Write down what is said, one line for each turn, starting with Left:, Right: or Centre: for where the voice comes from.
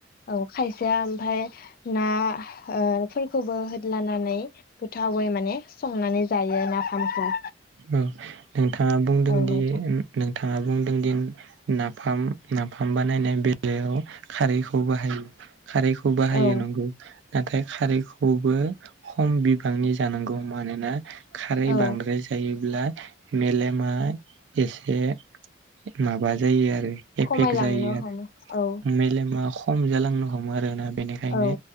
Left: औ खायसेया ओमफाय ना ओ फोरखौबो होदलानानै गोथावै माने संनानै जायो नाफामखौ
Right: औ नोंथाङा बुंदों
Left: औ
Right: दि
Left: नोंथां
Right: नोंथाङा बुंदोंदि नाफाम नाफाम बानायनाय बेलायाव खारैखौ बाहायो। खारैखौ बाहायो
Left: औ
Right: नोंगौ। नाथाय खारैखौबो खम बिबांनि जानांगौ मानोना खारै
Left: औ
Right: बांद्राय जायोब्ला मेलेमा एसे माबा जायो आरो एफेक्ट
Left: खमायलांनो
Right: जायो आरो
Left: हमो औ
Right: मेलेमा ख कम जालांनो हमो आरोना बेनिखायनो
Left: औ